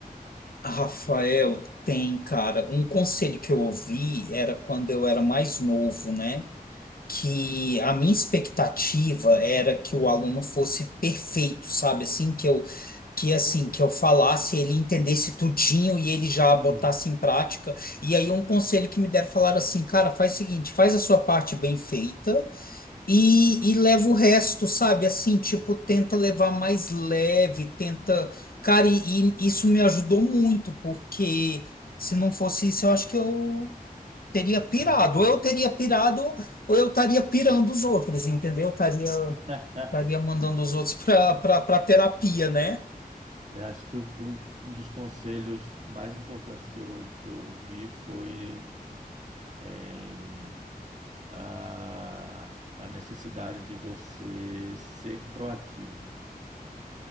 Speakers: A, on the left (about 70°); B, on the right (about 50°).
A: Rafael, tem, cara, um conselho que eu ouvi era quando eu era mais novo, né? Que a minha expectativa era que o aluno fosse perfeito, sabe? Assim, que eu, que assim, que eu falasse, ele entendesse tudinho e ele já
B: Hum,
A: botasse em prática. E aí um conselho que me deram falar assim, cara, faz o seguinte, faz a sua parte bem feita E, e leva o resto, sabe? Assim, tipo, tenta levar mais leve, tenta. Cara, e, e isso me ajudou muito, porque se não fosse isso, eu acho que eu teria pirado.
B: nossa, faz.
A: Ou eu teria pirado, ou eu estaria pirando os outros, entendeu? Eu Estaria,
B: <laughs>
A: estaria mandando os outros pra, pra, pra terapia, né?
B: Eu acho que o- o- um dos conselhos mais importantes que eu, que eu ouvi foi eh, a, a necessidade de você ser proativo.